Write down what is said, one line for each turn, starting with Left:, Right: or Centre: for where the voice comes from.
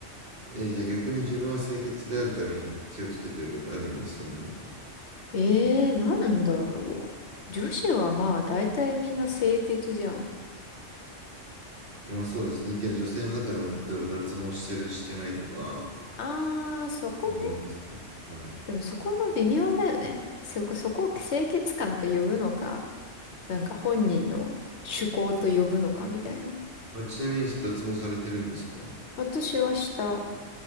Right: えーじゃあ逆に自分は清潔であるために気をつけていることあるんですか、何か。
Left: ええー、なんだろう。女子はまあ、大体みんな清潔じゃん。
Right: まあそうですね。けど女性の中でも、例えば脱毛してる、してないとか、
Left: あー、そこね。
Right: 感じですか。はい。
Left: でもそこも微妙だよね。そこ、そこを清潔感と呼ぶのか、なんか本人の趣向と呼ぶのかみたいな。
Right: あ、ちなみに脱毛されてるんですかお
Left: 私はした